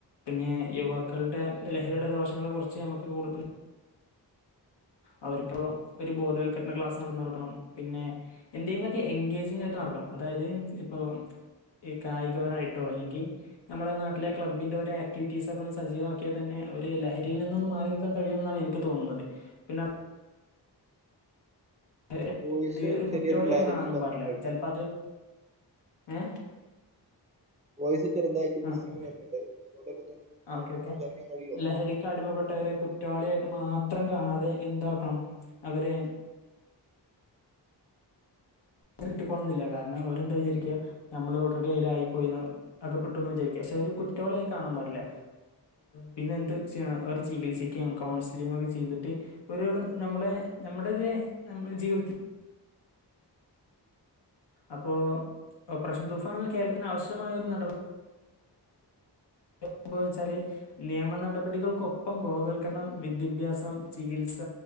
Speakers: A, on the left; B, on the right.
A: പിന്നെ യുവാക്കളുടെ ലഹരിയുടെ ദോഷങ്ങളെ കുറിച്ച് നമുക്ക് കൂടുതല് അവരിപ്പോ ഒരു ബോധവൽക്കരണ ക്ലാസ് നടന്നൊടുക്കണം പിന്നെ എന്തെങ്കിലോക്കെ എൻഗേജിങ് ആയിട്ട് നടക്കണം അതായത് ഇപ്പോം ഈ കായികപരായിട്ടോ അല്ലെങ്കി നമ്മുടെ നാട്ടിലെ ക്ലബിന്റെ ഒര് ആക്ടിവിറ്റീസ് ഒക്കെയൊന്ന് സജീവാക്കിയാ തന്നെ ഒരു ലഹരിൽ നിന്നൊന്ന് മാറി നിക്കാൻ കഴിയുമെന്നാണ് എനിക്ക് തോന്നുന്നത് പിന്നെ ഇവരെ
B: വോയിസ്
A: എന്ത് ഒരു
B: ചെറിയൊരു
A: കുറ്റവാളിയായിട്ട്
B: ക്ലാരിറ്റി
A: കാണാനൊന്നും
B: കമ്മിയുണ്ട്
A: പാടില്ല ചെലപ്പോ അത് ഏഹ്
B: വോസ് ചെറുതായിട്ട് മിസ്സിംഗ്‌
A: ആ
B: വരുന്നുണ്ട് അവിടെക്കൊന്ന് നോക്കി
A: ഓക്കെ ഓക്കെ
B: സംസാരിക്കാൻ കഴിയുമോ
A: ലഹരിക്ക് അടിമപ്പെട്ടവരെ കുറ്റവാളിയായിട്ട് മാത്രം കാണാതെ എന്താക്കണം അവരെ കിട്ടിക്കോണം എന്നില്ല കാരണം അവന്താ വിചാരിക്കുക നമ്മള് ഓൾറെഡി അതിൽ ആയി പോയി എന്നാ- അകപ്പെട്ടു എന്ന് വിചാരിക്കുക പക്ഷെ ഒരു കുറ്റവാളിയ കാണാൻ പാടില്ല പിന്നെ എന്ത്‌ ചെയ്യണം അവർ ചികിത്സിക്കാം കൗൺസിലിങ്ങൊക്കെ ചെയ്തിട്ട് ഒരു നമ്മളെ നമ്മുടെ ല്ലെ നമ്മളെ ജീവിതത്തിൽ അപ്പോ ഓപ്പറേഷൻ തൂഫാൻ കേരളത്തിന് ആവശ്യമായ ഒരു നടപടി-
B: <unintelligible>
A: എപ്പോന്ന് വെച്ചാല് നിയമ നടടപടികൾക്കൊപ്പം ബോധവൽക്കരണം വിദ്യാഭ്യാസം ചികിത്സ